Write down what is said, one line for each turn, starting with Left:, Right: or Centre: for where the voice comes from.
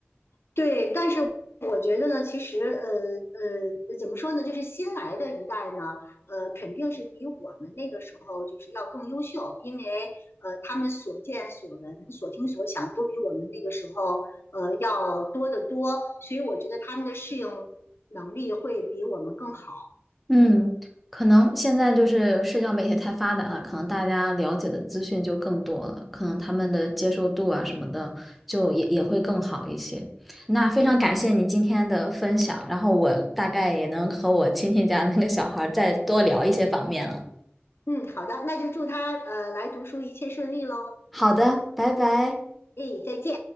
Left: 对，但是我觉得呢，其实呃呃，怎么说呢，就是新来的一代呢，呃，肯定是比我们那个时候就是要更优秀，因为呃，他们所见所闻、所听所想都比我们那个时候呃要多得多，所以我觉得他们的适应能力会比我们更好。
Centre: 嗯，可能现在就是社交媒体太发达了，可能大家了解的资讯就更多了，可能他们的接受度啊什么的，就也也会更好一些。那非常感谢你今天的分享，
Left: 对，
Centre: 然后我大概也能和我亲戚家那个小孩儿再多聊一些方面了。
Left: 嗯，好的，那就祝他呃来读书一切顺利喽，
Centre: 好的，拜拜。
Left: 哎，再见。